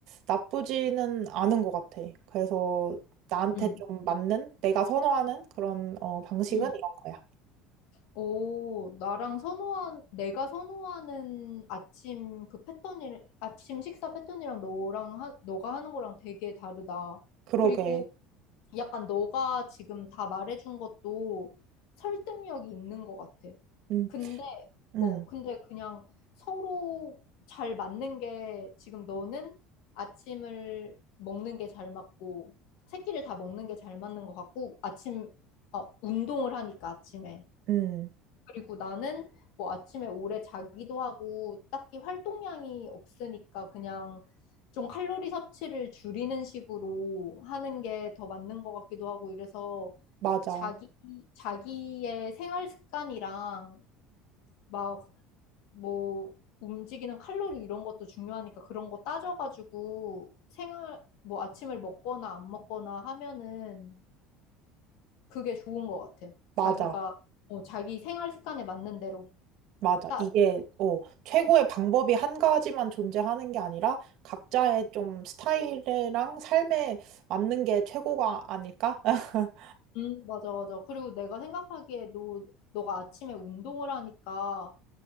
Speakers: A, on the right (about 60°); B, on the left (about 70°).
A: 나쁘지는 않은 것 같아. 그래서 나한테
B: 음.
A: 좀 맞는, 내가 선호하는 그런 어, 방식은
B: 음.
A: 이런 거야.
B: 오, 나랑 선호한, 내가 선호하는 아침 그 패턴이, 아침 식사 패턴이랑 너랑, 하, 너가 하는 거랑 되게 다르다.
A: 그러게.
B: 그리고 약간 너가 지금 다 말해준 것도 설득력이 있는 것 같아.
A: 음,
B: 근데,
A: 음,
B: 어, 근데 그냥 서로 잘 맞는 게 지금 너는 아침을 먹는 게 잘 맞고, 새끼를 다 먹는 게 잘 맞는 것 같고, 아침, 어, 운동을 하니까 아침에.
A: 음,
B: 그리고 나는 뭐 아침에 오래 자기도 하고 딱히 활동량이 없으니까 그냥 좀 칼로리 섭취를 줄이는 식으로 하는 게 더 맞는 것 같기도 하고 이래서
A: 맞아,
B: 자기, 자기의 생활 습관이랑 막 뭐 움직이는 칼로리 이런 것도 중요하니까 그런 거 따져가지고 생활, 뭐 아침을 먹거나 안 먹거나 하면은 그게 좋은 것 같아.
A: 맞아.
B: 자기가, 어, 자기 생활 습관에 맞는 대로
A: 맞아.
B: 따,
A: 이게, 어, 최고의 방법이 한 가지만 존재하는 게 아니라 각자의 좀 스타일이랑 삶에 맞는 게 최고가 아닐까? <laughs>
B: 음, 맞아, 맞아. 그리고 내가 생각하기에 너, 너가 아침에 운동을 하니까